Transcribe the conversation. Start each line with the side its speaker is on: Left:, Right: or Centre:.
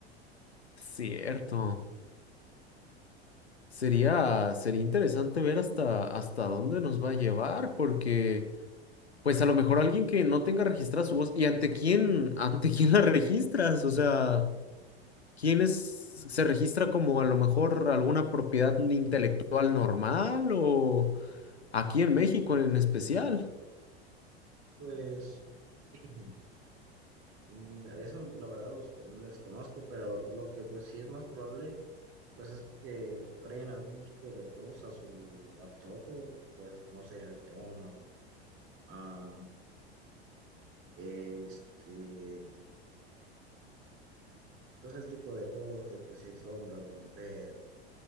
Left: cierto. Sería, sería interesante ver hasta, hasta dónde nos va a llevar, porque pues a lo mejor alguien que no tenga registrada su voz, ¿y ante quién, <laughs> ante quién la registras? O sea, ¿quién es, se registra como a lo mejor alguna propiedad intelectual normal o aquí en México en especial?
Right: Pues <clears throat> mm, eso la verdad los, les conozco, pero lo que pues sí es más probable, pues es que, que creen algún tipo de voz a su antojo, pues no sé, el tono. ah, Este, pues el tipo de voz que pues, si es hombre o mujer,